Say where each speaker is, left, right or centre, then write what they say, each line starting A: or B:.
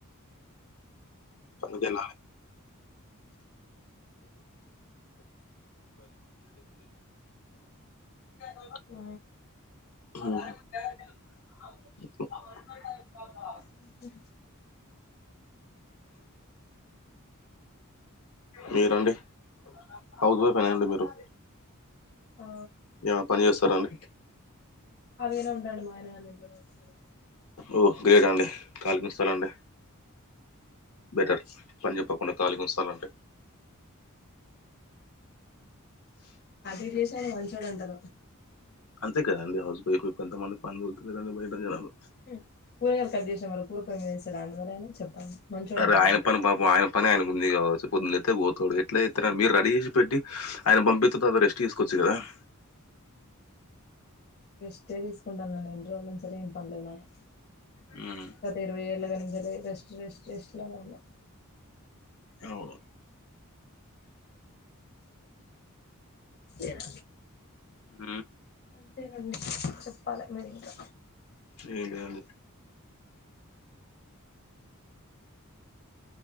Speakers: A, on the left; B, on the left.
A: అందుకే యెళ్ళాలి <inaudible>
B: ఆ
A: ఆ <inaudible>
B: <inaudible>
A: మీరండి హౌస్ వైఫ్ హే నా అండి మీరు
B: ఆ
A: ఏమైనా పని జేస్తారా అండి
B: కాలిగానే ఉంటున్నాను <unintelligible>
A: ఓ గ్రేట్ అండి కాలిగుస్తున్నా రండి బెటర్ పని జెప్పకుండా కాలిగా ఉంచుతాడు అంటే <inaudible>
B: అటు ఇటు చేసి ఆయన మంచోడు అంటరు
A: అంతే కాదండి హౌస్ వైఫ్ కొంత మంది పనులకు పోతారు కదా బయట జనాలు
B: ఉమ్ కూరగాయాలు కట్ జేశాం మరి కూర పొయ్యి మీద యేస్తడా ఎవరైనా చెప్పండి మంచోడు
A: సరే
B: అన్నారు
A: ఆయన
B: కదా.
A: పని పాపం ఆయన పని ఆయన కుంది గావచ్చు పొద్దున లేత్తే పోతోడు ఎట్ల జేత్తరండి మీరు రెడీ జేసి పెట్టి ఆయన పంపితే తరవాత రెస్ట్ తీసుకోవచ్చు గదా <inaudible>
B: రెస్టే తీసుకుంటాను నేను ఎన్ని రోజులంచి ఏం పనిలేదు నాకు
A: ఉమ్.
B: గత ఇరవై ఏళ్ళగా నుంచెల్లి రెస్ట్ రెస్ట్ లోనే ఉన్నాం
A: అవును
B: ఏ <inaudible>
A: ఉమ్
B: అంతేనండి చెప్పాలి మీరే ఇంకా
A: ఏం లేదు అండి